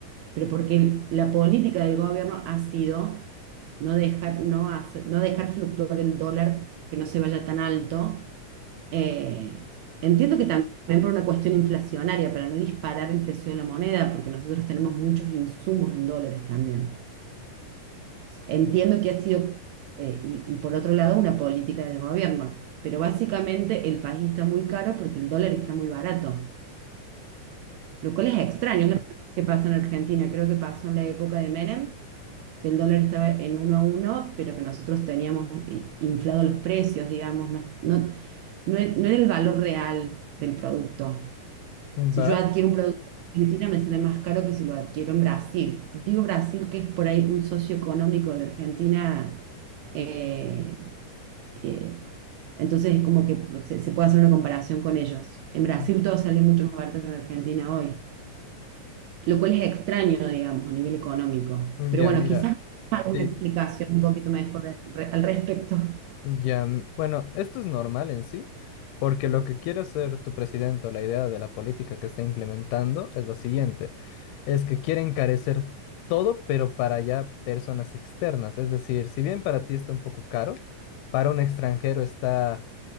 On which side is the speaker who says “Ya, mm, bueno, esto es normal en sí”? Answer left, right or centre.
Left